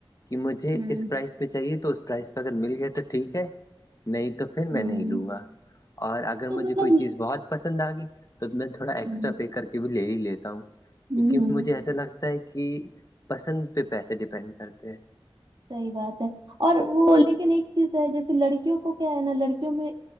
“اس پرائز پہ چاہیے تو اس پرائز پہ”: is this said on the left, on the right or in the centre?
Left